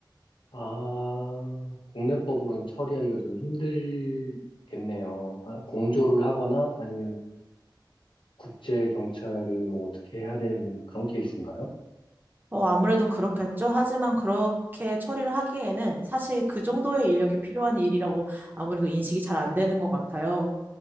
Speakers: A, on the left; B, on the right.
A: 아, 국내법으로는 처리하기가 좀 힘들겠네요. 아, 공조를 하거나 아니면 국제 경찰이 뭐 어떻게 해야 되는 그런 케이스인가요?
B: 어, 아무래도 그렇겠죠. 하지만 그렇게 처리를 하기에는 사실 그 정도의 인력이 필요한 일이라고 아무래도 인식이 잘 안 되는 것 같아요.